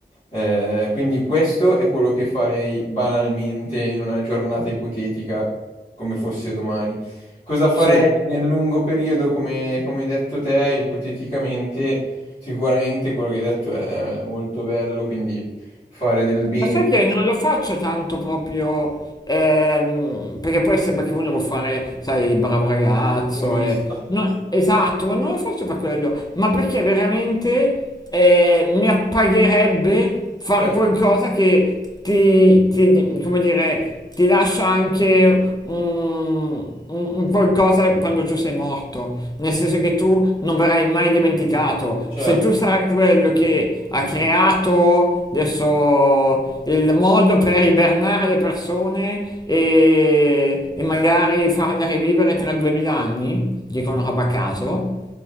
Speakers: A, on the left; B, on the left.
A: Eh, quindi questo è quello che farei banalmente in una giornata ipotetica, come fosse domani. Cosa farei
B: Sì,
A: nel lungo periodo, come, come hai detto te, ipoteticamente? Sicuramente quello che hai detto è molto bello, quindi fare del bene,
B: ma sai che non lo faccio tanto proprio, ehm, perché poi sembra che uno vuole fare, sai, il bravo ragazzo.
A: un buonista.
B: E... no, esatto, ma non lo faccio per quello, ma perché veramente eh, mi appagherebbe fare
A: Certo,
B: qualcosa che ti, ti- come dire, ti lascia anche un, un- un qualcosa quando tu sei morto, nel senso che tu non verrai mai dimenticato.
A: certo.
B: Se tu sarai quello che ha creato adesso il modo per ibernare le persone e, e magari farle rivivere tra 2000 anni, dico una roba a caso,